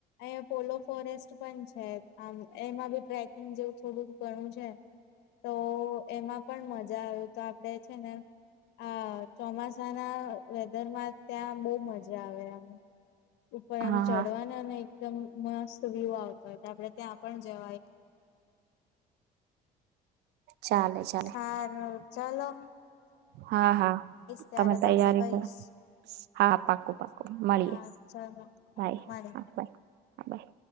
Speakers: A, on the left; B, on the right.
A: અહી પોલો ફોરેસ્ટ પણ છે આમ, એમાં બી ટ્રેકિંગ જેવું. થોડુંક ઘણું છે. તો એમાં પણ મજા આવ તો, આપણેે છે. ને આ ચોમાસાના વેધરમાં ત્યાં બહુ મજા આવે એમ. ઉપર, આમ
B: હા
A: ચડવા
B: હા
A: અને એકદમ મસ્ત વ્યુ આવતો તો એ તો આપડે ત્યાં પણ જવાય
B: ચાલે ચાલે
A: સાર ચાલો
B: હા, હા
A: ત્યારે
B: તમે તૈયારી
A: તમને કહીશ
B: કરો હા પાકોું પાકોું મળીએ
A: હા ચલો
B: બાય હાય
A: મળે
B: હા, બાય